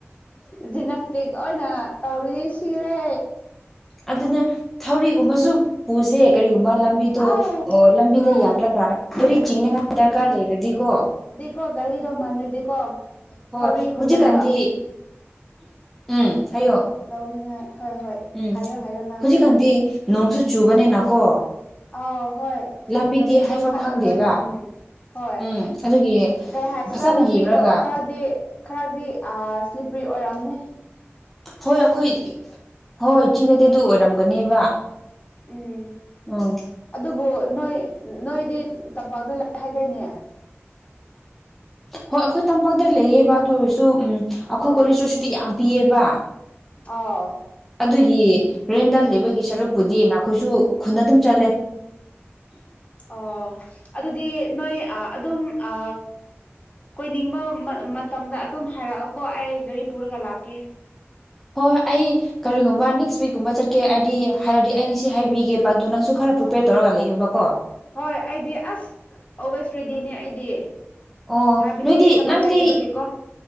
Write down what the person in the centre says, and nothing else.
ꯑꯗꯨꯅ ꯊꯧꯔꯤꯒꯨꯝꯕꯁꯨ ꯄꯨꯁꯦ ꯀꯔꯤꯒꯨꯝꯕ ꯂꯝꯕꯤꯗꯣ
ꯑꯣ ꯂꯝꯕꯤꯗ
ꯌꯥꯗ꯭ꯔꯒ ꯒꯔꯤ ꯆꯤꯡꯅꯤꯉꯥꯏ ꯗꯔꯀꯥꯔ ꯂꯩꯔꯗꯤꯀꯣ
ꯍꯣꯏ
ꯍꯧꯖꯤꯛꯀꯥꯟꯗꯤ ꯎꯝ ꯍꯥꯏꯌꯣ
ꯎꯝ
ꯍꯧꯖꯤꯛꯀꯥꯟꯗꯤ ꯅꯣꯡꯁꯨ ꯆꯨꯕꯅꯤꯅꯀꯣ
ꯂꯝꯕꯤꯗꯤ
ꯍꯥꯏꯐꯝ
ꯈꯪꯗꯦꯕ
ꯎꯝ ꯑꯗꯨꯒꯤ
ꯐꯖꯅ
ꯌꯦꯡꯔꯒ
ꯍꯣꯏ ꯑꯩꯈꯣꯏ ꯍꯣꯏ ꯆꯤꯡꯅꯗꯤ ꯑꯗꯨ ꯑꯣꯏꯔꯝꯒꯅꯦꯕ
ꯎꯝ
ꯍꯣꯏ ꯑꯩꯈꯣꯏ ꯇꯝꯄꯥꯛꯇ ꯂꯩꯌꯦꯕ ꯑꯗꯨ ꯑꯣꯏꯔꯁꯨ ꯎꯝ
ꯑꯩꯈꯣꯏ ꯀꯣꯂꯦꯖꯇ ꯎꯁꯨꯇꯤ ꯌꯥꯝ ꯄꯤꯑ‌ꯦꯕ
ꯑꯗꯨꯒꯤ ꯔꯦꯟꯗꯥꯟ ꯂꯩꯕꯒꯤ ꯁꯔꯨꯛꯄꯨꯗꯤ ꯅꯈꯣꯏꯁꯨ ꯈꯨꯟꯅ ꯑꯗꯨꯝ ꯆꯠꯂꯦ
ꯍꯣꯏ ꯑꯩ ꯀꯔꯤꯒꯨꯝꯕ ꯅꯦꯛꯁ ꯋꯤꯛꯀꯨꯝꯕ ꯆꯠꯀꯦ ꯍꯥꯏꯗꯤ ꯍꯥꯏꯔꯗꯤ ꯑꯩ ꯉꯁꯤ ꯍꯥꯏꯕꯤꯒꯦꯕ ꯑꯗꯨ ꯅꯪꯁꯨ ꯈꯔ ꯄ꯭ꯔꯤꯄꯦꯌꯔ ꯇꯧꯔꯒ ꯂꯩꯌꯕꯀꯣ
ꯑꯣ
ꯅꯣꯏꯗꯤ
ꯅꯪꯗꯤ